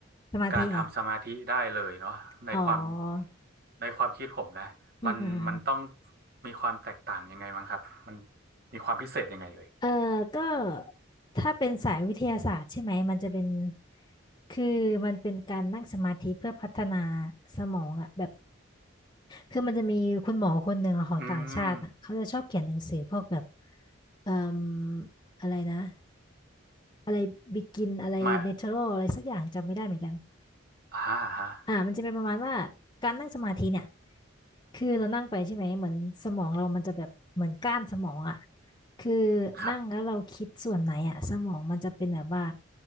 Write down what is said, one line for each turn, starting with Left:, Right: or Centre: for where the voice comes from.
Left: สมาธิเหรอ
Right: การทำสมาธิได้เลยเนาะในความ
Left: อ๋อ
Right: ในความคิดผมนะมันมันต้อง
Left: อืมอืมอืม
Right: มีความแตกต่างยังไงบ้างครับมันมีความพิเศษยังไงเอ่ย
Left: เออก็ถ้าเป็นสายวิทยาศาสตร์ใช่ไหม มันจะเป็นคือมันเป็นการนั่งสมาธิเพื่อพัฒนาสมองอะแบบคือมันจะมีคุณหมอคนหนึ่งอะของต่างชาติอะเขาจะชอบเขียนหนังสือพวกแบบ
Right: อืม
Left: เอ่ออะไรนะ อะไรบิกิน อะไรเนเชอรัลอะไรสักอย่างจำไม่ได้เหมือนกัน
Right: หมายอ่าฮะ
Left: อ่ามันจะเป็นประมาณว่าการนั่งสมาธิเนี่ยคือเรานั่งไปใช่ไหมเหมือนสมองเรามันจะแบบเหมือนก้านสมองอ่ะคือ
Right: ครับ
Left: นั่งแล้วเราคิดส่วนไหนอ่ะสมองมันจะเป็นแบบว่า